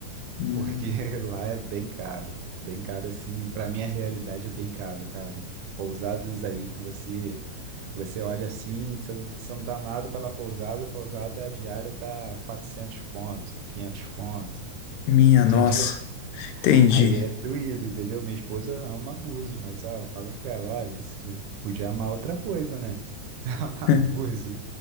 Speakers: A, on the left (about 80°); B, on the right (about 75°).
A: Hum,
B: Porque <laughs> lá é bem caro, bem caro assim, pra minha realidade é bem caro, cara. Pousadas aí que você você olha assim, você não você dá nada pela pousada, a pousada diária tá 400 conto, 500 conto,
A: Minha
B: entendeu?
A: nossa,
B: <laughs>
A: entendi.
B: Aí é doído, entendeu? Minha esposa ama abusos, mas ó, eu falo com ela, olha, você podia amar outra coisa, né? <laughs> Amar
A: <laughs>
B: abuso.